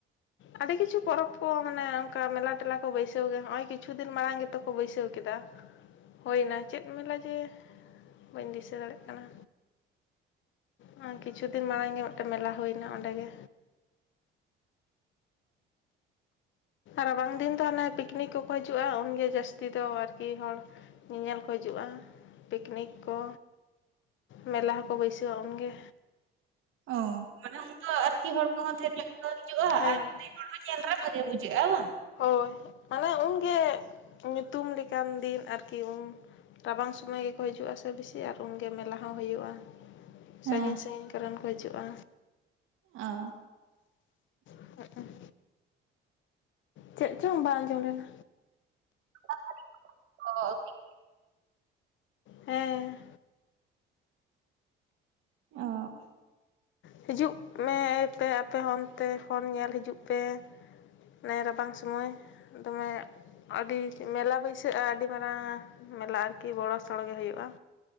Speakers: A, on the left; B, on the right.
A: ᱟᱹᱰᱤ ᱠᱤᱪᱷᱩ ᱯᱚᱨᱚᱵᱽ ᱠᱚ ᱢᱟᱱᱮ ᱚᱱᱠᱟ ᱢᱮᱞᱟ ᱴᱮᱞᱟ ᱠᱚ ᱵᱟᱹᱭᱥᱟᱹᱣ ᱜᱮ ᱦᱚᱜᱼᱚᱭ ᱠᱤᱪᱷᱩ ᱫᱤᱱ ᱢᱟᱲᱟᱝ ᱜᱮᱛᱚ ᱠᱚ ᱵᱟᱹᱭᱥᱟᱹᱣ ᱠᱮᱫᱟ, ᱦᱩᱭᱱᱟ ᱪᱮᱫ ᱢᱮᱞᱟ ᱡᱮ ᱵᱟᱹᱧ ᱫᱤᱥᱟᱹ ᱫᱟᱲᱮᱭᱟᱜ ᱠᱟᱱᱟ, ᱦᱮᱸ ᱠᱤᱪᱷᱩ ᱫᱤᱱ ᱢᱟᱲᱟᱝ ᱜᱮ ᱢᱤᱫᱴᱮᱱ ᱢᱮᱞᱟ ᱦᱩᱭᱱᱟ ᱚᱸᱰᱮ ᱜᱮ᱾ ᱨᱟᱵᱟᱝ ᱫᱤᱱ ᱫᱚ ᱦᱟᱱᱮ ᱯᱤᱠᱱᱤᱠ ᱠᱚᱠᱚ ᱦᱤᱡᱩᱜᱼᱟ ᱩᱱᱜᱮ ᱡᱟᱹᱥᱛᱤ ᱫᱚ ᱟᱨᱠᱤ ᱦᱚᱲ, ᱧᱮᱧᱮᱞ ᱠᱚ ᱦᱤᱡᱩᱜᱼᱟ ᱯᱤᱠᱱᱤᱠ ᱠᱚ, ᱢᱮᱞᱟ ᱦᱚᱸᱠᱚ ᱵᱟᱹᱭᱥᱟᱹᱣᱟ ᱩᱱᱜᱮ᱾
B: ᱚ ᱢᱟᱱᱮ ᱩᱱᱫᱚ ᱟᱨᱠᱤ ᱦᱚᱲ ᱠᱚᱦᱚᱸ ᱰᱷᱮᱨ ᱧᱚᱜ ᱠᱚ ᱦᱤᱡᱩᱜᱼᱟ
A: ᱦᱮᱸ
B: ᱟᱨ ᱚᱱᱮ, ᱦᱚᱲ ᱫᱚ ᱧᱮᱞ ᱨᱮ ᱵᱷᱟᱜᱮ ᱵᱩᱡᱷᱟᱹᱜᱼᱟ ᱵᱟᱝ?
A: ᱦᱳᱭ ᱢᱟᱱᱮ ᱩᱱᱜᱮ ᱧᱩᱛᱩᱢ ᱞᱮᱠᱟᱱ ᱫᱤᱱ ᱟᱨᱠᱤ ᱩᱱ᱾ ᱨᱟᱵᱟᱝ ᱥᱚᱢᱚᱭ ᱜᱮᱠᱚ ᱦᱤᱡᱩᱜᱼᱟ ᱥᱮ ᱵᱮᱥᱤ ᱟᱨ ᱩᱱᱜᱮ ᱢᱮᱞᱟ ᱦᱚᱸ ᱦᱩᱭᱩᱜᱼᱟ᱾
B: ᱦᱮᱸ
A: ᱥᱟᱺᱜᱤᱧ ᱥᱟᱺᱜᱤᱧ ᱠᱚᱨᱮᱱ ᱠᱚ ᱦᱤᱡᱩᱜᱼᱟ᱾
B: ᱚ᱾
A: ᱚ <unintelligible> ᱪᱮᱜ ᱪᱚᱝ ᱵᱟᱝ ᱟᱸᱡᱚᱢ ᱞᱮᱱᱟ?
B: ᱚ <unintelligible>
A: ᱦᱮᱸ,
B: ᱚ,
A: ᱦᱤᱡᱩᱜ ᱢᱮ ᱯᱮ ᱟᱯᱮ ᱦᱚᱸ ᱚᱱᱛᱮ ᱠᱷᱚᱱ ᱯᱷᱳᱱ ᱧᱮᱞ ᱦᱤᱡᱩᱜ ᱯᱮ᱾ ᱱᱮ ᱨᱟᱵᱟᱝ ᱥᱚᱢᱚᱭ ᱫᱚᱢᱮ, ᱟᱹᱰᱤ ᱢᱮᱞᱟ ᱵᱟᱹᱭᱥᱟᱹᱜᱼᱟ ᱟᱹᱰᱤ ᱢᱟᱨᱟᱝ ᱢᱮᱞᱟ ᱟᱨᱠᱤ ᱵᱚᱲᱚ ᱥᱚᱲᱚ ᱜᱮ ᱦᱩᱭᱩᱜᱼᱟ᱾